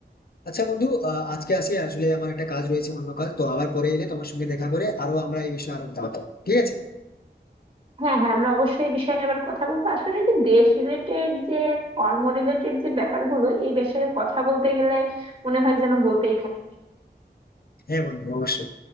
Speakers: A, on the left; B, on the right.
A: আচ্ছা বন্ধু আহ, আজকে আসি আসলে আমার একটা কাজ রয়েছে অন্য কাজ তো আবার পরে এলে তোমার সঙ্গে দেখা করে আরো আমরা এই বিষয়ে আরো কথা বলবো ঠিক আছে
B: হ্যাঁ হ্যাঁ আমরা অবশ্যই এই বিষয়ে আবার কথা বলবো আসলে যে দেশ রিলেটেড যে কর্ম রিলেটেড যে ব্যাপারগুলো এই বিষয়ে কথা বলতে গেলে মনে হয় যেন বলতেই থাকে
A: হ্যাঁ বন্ধু অবশ্যই